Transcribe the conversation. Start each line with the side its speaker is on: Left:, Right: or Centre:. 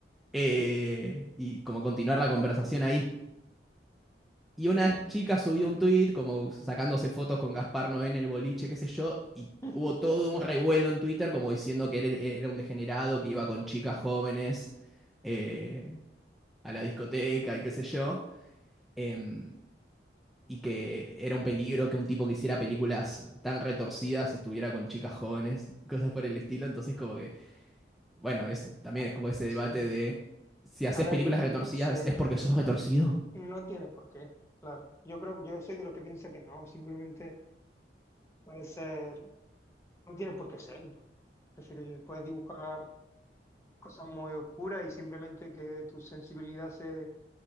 Centre: eh,
Left: Sí.
Centre: y como continuar la conversación ahí. Y una chica subió un tweet como sacándose fotos con Gaspar Noé en el boliche, qué sé yo, y
Left: <laughs>
Centre: hubo todo un revuelo en Twitter como diciendo que él e-, era un degenerado, que iba con chicas jóvenes eh, a la discoteca y qué sé yo, em, y que era un peligro que un tipo que hiciera películas tan retorcidas estuviera con chicas jóvenes, cosas por el estilo. Entonces como que, bueno, es, también
Left: Ah,
Centre: es como ese debate
Left: sí.
Centre: de si haces
Left: A ver,
Centre: películas
Left: no,
Centre: retorcidas
Left: no sé,
Centre: es porque sos retorcido.
Left: no tiene por qué, claro. Yo creo, yo soy de los que piensa que no, simplemente puede ser. No tienen por qué serlo. Es decir, puedes dibujar cosas muy oscuras y simplemente que tu sensibilidad se,